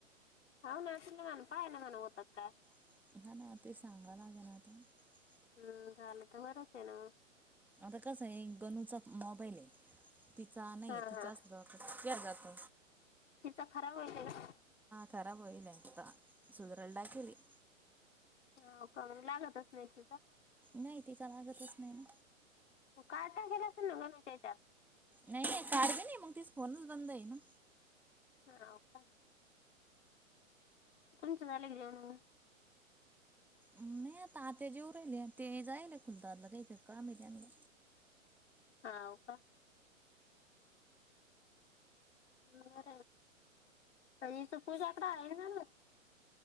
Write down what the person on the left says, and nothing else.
हो ना तल म्हण पय ना मन ओत का
हम्म झाले तर बरच आहे ना म
हा
हा
तिचा खराब होईल का <inaudible>
ह का मग लागतच नाही तिचं
कायता गेलं असेल ना ग तुच्याच्या
हा का तुमच झाले क जेवण
हा का बर तरी सुपूषकड आहे ना